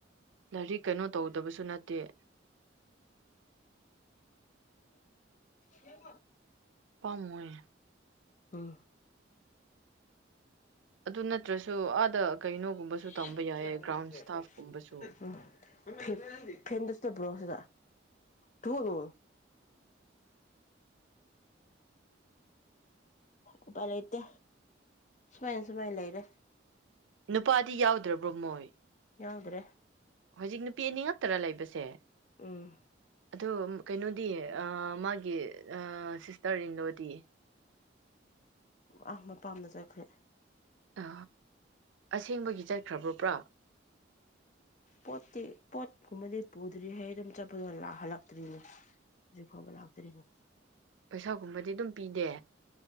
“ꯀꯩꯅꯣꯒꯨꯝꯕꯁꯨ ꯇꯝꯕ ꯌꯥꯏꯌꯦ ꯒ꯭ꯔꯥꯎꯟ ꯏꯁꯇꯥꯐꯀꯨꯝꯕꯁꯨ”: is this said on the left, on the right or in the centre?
Right